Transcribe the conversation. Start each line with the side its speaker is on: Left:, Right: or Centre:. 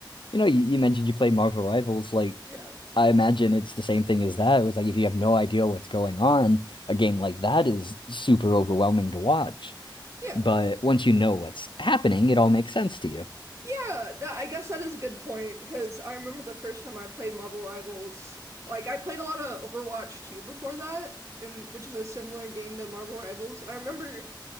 Left: you know, you, you mentioned you play Marvel Rivals. Like,
Right: Yeah.
Left: I imagine it's the same thing as that. It was like if you have no idea what's going on, a game like that is super overwhelming to watch.
Right: Yeah.
Left: But once you know what's happening, it all makes sense to you.
Right: Yeah, that I guess that is a good point because I remember the first time I played Marvel Rivals, like I played a lot of Overwatch 2 before that, and which is a similar game to Marvel Rivals, and I remember